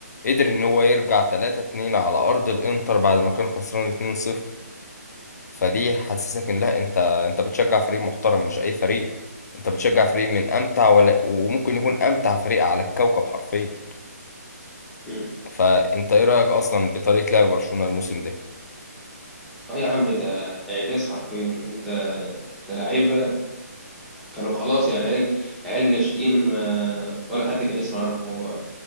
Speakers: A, on the left; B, in the centre.
A: قدر ان هو يرجع 3-2 على ارض الانتر بعد ما كان خسران 2-0 فدي حسسك ان لا انت انت بتشجع فريق محترم مش اي فريق انت بتشجع فريق من امتع ولا وممكن يكون امتع فريق على الكوكب حرفيا
B: مم.
A: فانت ايه رايك اصلا بطريقه لعب برشلونه الموسم ده
B: اه يا عم ده اعجاز حرفيا انت ده لعيبه كانوا خلاص يعني عيال عيال ناشئين ما ولا حد كان يسمع عنهم هو